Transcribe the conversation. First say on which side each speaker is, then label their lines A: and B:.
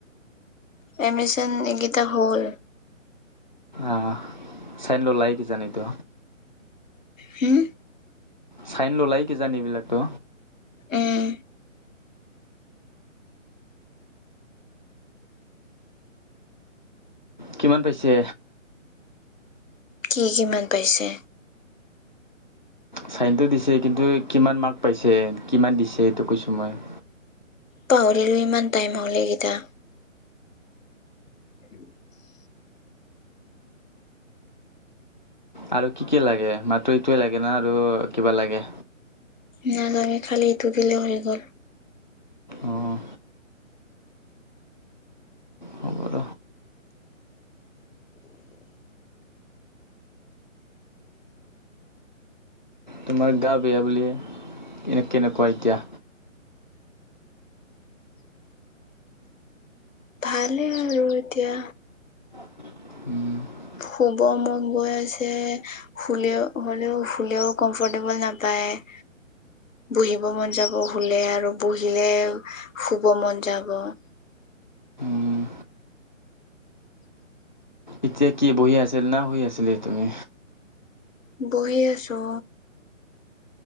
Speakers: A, on the left; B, on the left.
A: এমিচন এইকেইটা হ'ল।
B: অ চেণ্ড ওলাই কি জান এইটো
A: হুম?
B: চাইন ল'লাই কিজানি, এইবিলাকতো
A: উম।
B: কিমান পাইছে?
A: সি কিমান পাইছে?
B: ছাইনটো দিছেই, কিন্তু, কিমান মাৰ্ক পাইছে? কিমান দিছে? এইটো কৈছোঁ মই।
A: পাহৰিলো ইমান টাইম হল এইকেইটা। <inaudible>
B: আৰু কি কি লাগে মাট্ৰ এইটোৱে লাগে না আৰু কিবা লাগে?
A: নালাগে খালী এইটো দিলে হৈ গ'ল।
B: অঁ হ'ব ৰ তোমাৰ গা বেয়া বুলি হে, এনে কেনেকুৱা এতিয়া?
A: ভালেই আৰু এতিয়া।
B: <inaudible>
A: শুব মন গৈ আছে, শুলেও হ'লেও, শুলেও কম্ফৰ্টেবল নাপায়। <inaudible> বহিব মন যাব শুলে, আৰু বহিলে শুব মন যাব।
B: অঁ এতিয়া কি বহি আছিল না শুই আছিলি তুমি?
A: বহি আছো।